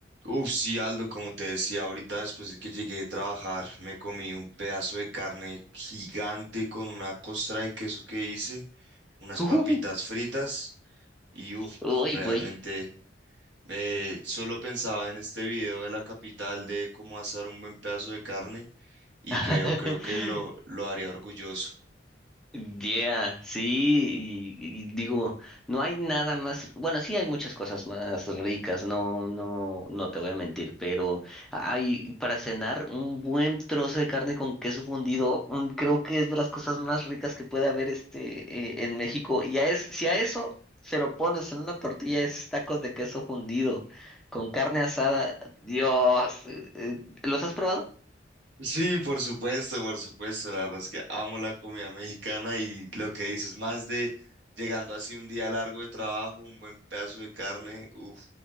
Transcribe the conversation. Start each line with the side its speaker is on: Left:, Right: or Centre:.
Right: Uf, sí, Aldo, como te decía ahorita, después de que llegué a trabajar, me comí un pedazo de carne gigante con una costra de queso que hice, unas
Centre: Uh,
Right: papitas fritas y uf,
Centre: uy,
Right: realmente
Centre: güey.
Right: eh, solo pensaba en este video de la capital de cómo asar un buen pedazo de carne y
Centre: <laughs>
Right: creo, creo que lo, lo haría orgulloso.
Centre: Yeah, sí, y, y digo, no hay nada más, bueno, sí hay muchas cosas más ricas, no, no, no te voy a mentir, pero hay para cenar un buen trozo de carne con queso fundido, mm, creo que es de las cosas más ricas que puede haber este eh, en México. Y a es, si a eso se lo pones en una tortilla, es tacos de queso fundido con carne asada, Dios, eh, eh, ¿los has probado?
Right: Sí, por supuesto, por supuesto. La verdad es que amo la comida mexicana y lo que dices, más de llegando así un día largo de trabajo, un buen pedazo de carne, uff,